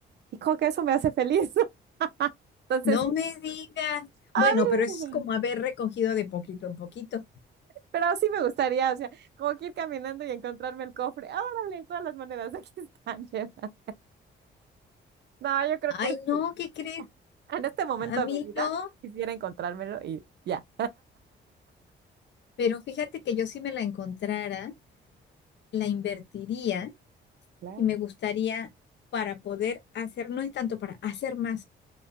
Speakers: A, on the right; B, on the left.
A: y como que eso me hace feliz. <laughs> Entonces,
B: no me digas.
A: a
B: Bueno, pero eso es
A: mí,
B: como haber recogido de poquito en poquito.
A: pero sí me gustaría, o sea, como que ir caminando y encontrarme el cofre. Ah, órale, todas las monedas <laughs> aquí están llenas. No, yo creo
B: Ay,
A: que <laughs> sí.
B: no, ¿qué crees?
A: En este momento
B: A mí
A: de mi vida
B: no,
A: quisiera encontrármelo y ya.
B: pero fíjate que yo si me la encontrara, la invertiría
A: Claro,
B: y me gustaría para poder hacer, no es tanto para hacer más,